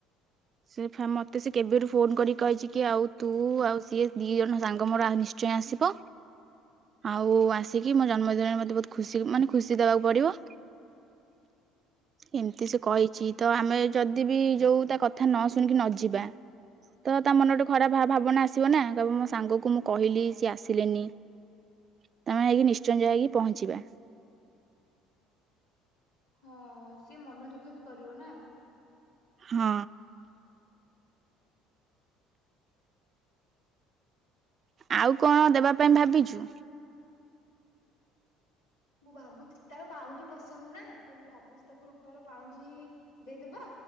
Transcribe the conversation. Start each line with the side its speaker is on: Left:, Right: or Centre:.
Right: ସେ ବା ମତେ ସେ କେବେଠୁ ଫୋନ କରିକି କହିଚି କି ଆଉ ତୁ ଆଉ ସିଏ ଦି ଜଣ ସାଙ୍ଗ ମୋର ଆ ନିଶ୍ଚୟ ଆସିବ। ଆଉ ଆସି ତିକି ମୋ ଜନ୍ମଦିନରେ ମତେ ବୋହୁତ ଖୁସି ଚିଲ୍ ମାନେ ଖୁସି ଦବାକୁ ପଡ଼ିବ। ଏମତି ସେ କହିଚି ତ ଆମେ ଯଦି ବି ଯୋଉ ତା କଥା ନ ଶୁଣିକି ନ ଯିବା ତ ତା ମନ ଗୋଟେ ଖରାପ ଭା ଭାବନା ଆସିବ ନାଁ। କହିବ ମୋ ସାଙ୍ଗକୁ ମୁଁ କହିଲି ସିଏ ଆସିଲେନି ତାମାନେ ହେଇକି ନିଶ୍ଚୟ ଯାଇକି ପହଞ୍ଚିବା।
Left: ହଁ ସିଏ ମନ ଦୁଃଖ ବି କରି ରିବ ନା
Right: ହଁ। ଆଉ କଣ ଦେବା ପାଇଁ ଭାବିଛୁ?
Left: ମୁଁ ଭାବୁଛିି ତାର ପାଉଁଜି ପସନ୍ଦ ନା ତ ମୁଁ ଭାବୁଛି ତାକୁ ରୂପାର ପାଉଁଜି ଦେଇଦବା